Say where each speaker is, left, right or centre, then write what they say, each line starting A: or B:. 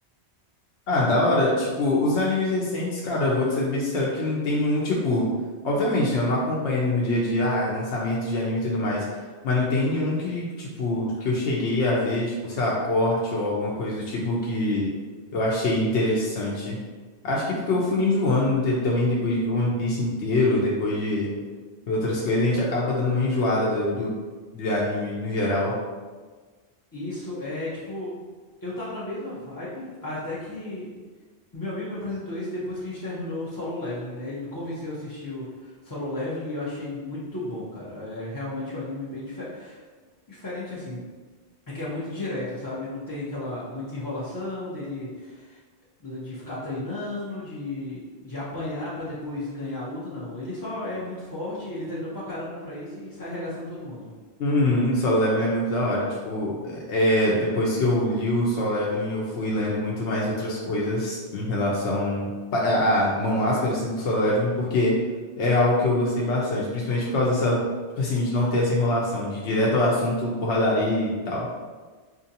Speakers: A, on the left; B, on the left.
A: Ah, da hora. Tipo, os animes recentes, cara, eu vou te ser bem sincero que não tem nenhum, tipo. Obviamente, né? Eu não acompanho ele no dia a dia, ah, lançamento de anime e tudo mais. Mas não tem nenhum que, tipo, que eu cheguei a ver, tipo, sei lá, corte ou alguma coisa do tipo que eu achei interessante. Acho que porque eu fui enjoando né, de- também depois de ver One Piece inteiro, depois de
B: É.
A: ver outras
B: Sim.
A: coisas, a gente acaba dando uma enjoada do, do, do anime no geral.
B: Isso é tipo, eu tava na mesma vibe, até que meu amigo me apresentou esse depois que a gente terminou o Solo Leveling, né? Ele me convenceu a assistir o Solo Leveling e eu achei muito bom, cara. É realmente um anime bem dife- diferente assim. É que é muito direto, sabe? Não tem aquela muita enrolação dele de ficar treinando, de, de apanhar pra depois ganhar a luta, não. Ele só é muito forte, ele treinou pra caramba pra isso e sai arregaçando todo mundo.
A: Uhum, Solo Leveling é muito da hora. Tipo, é, é, depois que eu li o Solo Leveling, eu fui lendo muito mais outras coisas em relação pa- a, a Mão-As parecido com o Solo Leveling, porque é algo que eu gostei bastante, principalmente por causa dessa, tipo assim, de não ter essa enrolação, de ir direto ao assunto, porradaria e tal.